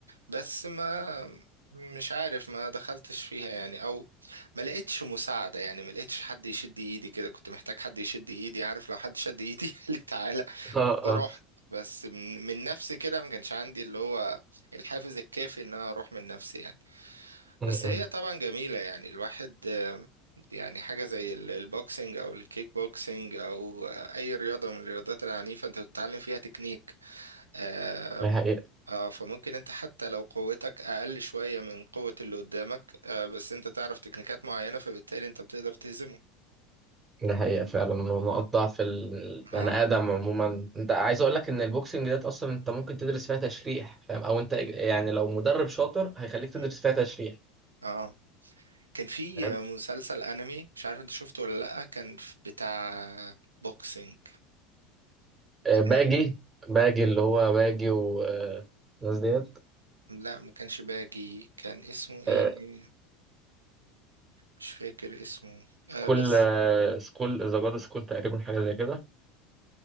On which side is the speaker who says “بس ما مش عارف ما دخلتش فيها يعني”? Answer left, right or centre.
Right